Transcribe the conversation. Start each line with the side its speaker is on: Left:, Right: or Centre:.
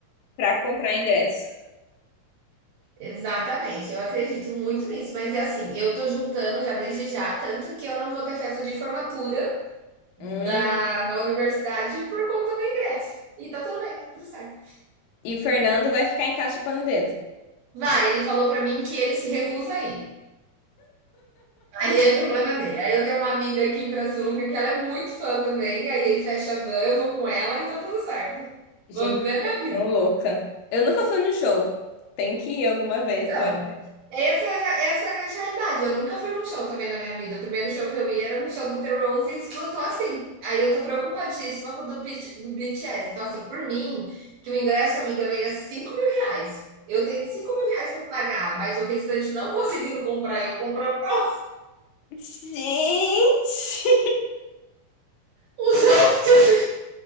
Left: pra comprar ingresso.
Right: Exatamente, eu acredito muito nisso, mas é assim, eu tô juntando já desde já, tanto que eu não vou ter festa de formatura da,
Left: Hum.
Right: da universidade por conta do ingresso. E tá tudo bem, tá tudo certo.
Left: E o Fernando vai ficar em casa chupando o dedo.
Right: Vai, ele falou pra mim que ele se recusa a ir. Aí é problema dele. Aí eu tenho uma amiga aqui em Pirassununga que ela é muito fã também. Aí ele fecha a van, eu vou com ela e tá tudo certo.
Left: Gente,
Right: Vou viver a minha vida.
Left: tão louca. Eu nunca fui no show. Tem que ir alguma vez
Right: Então,
Left: pra ver.
Right: essa, é a- essa é a grande realidade. Eu nunca fui num show também na minha vida. O primeiro show que eu ia era no show do The Rose e esgotou assim. Aí eu tô preocupadíssima com o do, Bit- do B T S. Então, assim, por mim, que o ingresso, amiga, venha cinco mil reais. Eu tenho cinco mil reais pra pagar, mas o restante não conseguindo comprar, eu comprando <laughs>
Left: Gente!
Right: os outros que